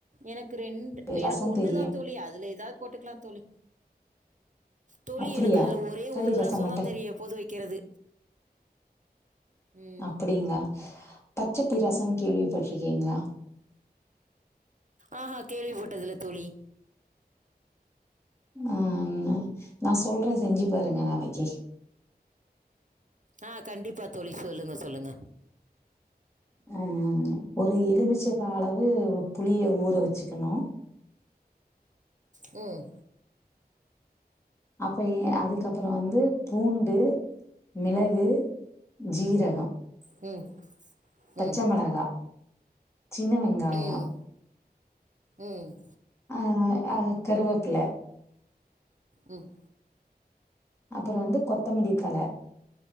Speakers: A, on the right (about 50°); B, on the left (about 15°).
A: எனக்கு ரெண்டு
B: ரசம்
A: எனக்கு ஒண்ணுதா
B: தெரியு
A: தோழி அதுல ஏதாது போட்டுக்கலா தோழி தோழி
B: அப்டியா
A: எனக்கு அதுல ஒரே
B: களி
A: ஒரு
B: ரசம்
A: ரசந்தா
B: மட்டு
A: தெரியு எப்போது வைக்கிறது ம்
B: அப்படிங்களா பச்ச புளிரசன் கேள்விப்பட்ருக்கீங்களா
A: ஆஹா கேள்விப்பட்டதுல தோழி
B: ஆ நா சொல்ற செஞ்சு பாருங்க நாளைக்கு
A: ஆ கண்டிப்பாக தோழி சொல்லுங்க சொல்லுங்க
B: ம் ஒரு எலுமிச்சப்ப அளவு புளிய ஊற வச்சுக்கணு
A: ம்
B: அப்ப அதுக்கப்பற வந்து பூண்டு மிளகு ஜீரக
A: ம்
B: பச்சை
A: ம்
B: மெளகா சின்ன வெங்காயொ
A: ம் ம்
B: அ அ கருவேப்புல
A: ம்
B: அப்பற வந்து கொத்தமடி தழ